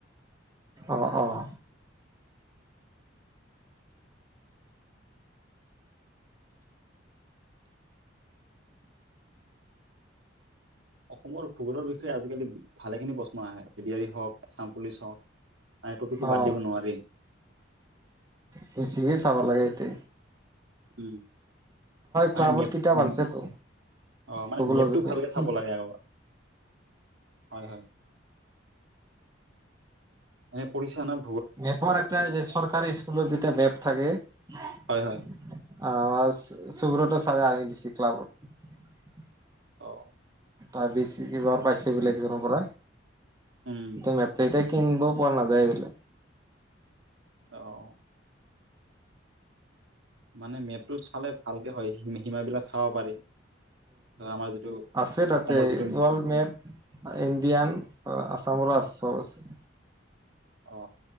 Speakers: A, on the right; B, on the right.
A: অ অঁ
B: অসমৰ ভূগোলৰ বিষয়ে আজিকালি ভালেখিনি প্ৰশ্ন আহে এ ডি আৰৰি হওক এছাম পুলিচ হওক। মানে টপিকটো
A: অ
B: বাদ দিব নোৱাৰি
A: বেছিহে চাব লাগে তাতে।
B: উম মানে
A: ক্লাবত
B: মেপ
A: কিতাপ
B: উ
A: আনিছেতো
B: অ মানে
A: ভূগোলৰ
B: মেপটো
A: বিষয়ে
B: ভালকে
A: কি
B: চাব লাগে আৰু। হয় হয় এ পৰিচা ন।
A: মেপৰ এটাই যে চৰকাৰী স্কুলৰ যেতিয়া মেপ থাকে ।
B: হয় হয়
A: অহ সুবোৰতৰ চব আনি দিছে ক্লাবত।
B: অ
A: তই বিছ এইবাৰ পাইছে বেলেগ এজনৰ পৰা
B: উম
A: তম মেপ্ত থাক কিনিব পৰা নাযায় এই বোলে
B: অ মানে মেপটোত চালে ভালকে হয় সীমাবিলাক চাব পাৰি ধৰা আমাৰ যিটো
A: আছে তাতে
B: অসমৰ যিটো
A: ৱৰ্ল্ড মেপ ইণ্ডিয়ান আছামৰ আছে। চব আছে।
B: অ